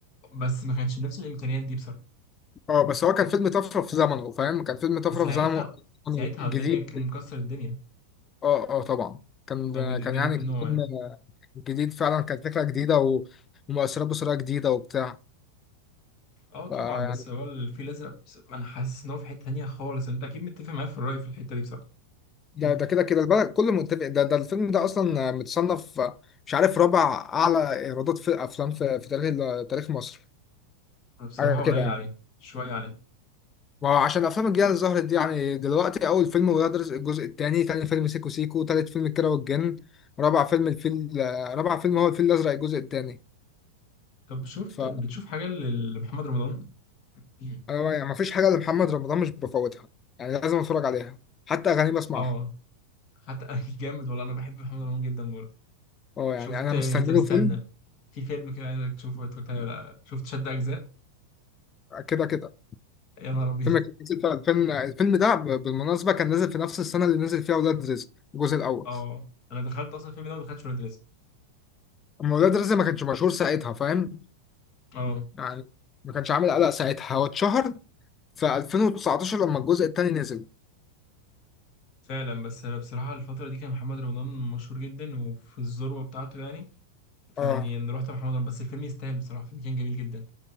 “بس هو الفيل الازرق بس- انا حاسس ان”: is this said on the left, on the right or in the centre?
Left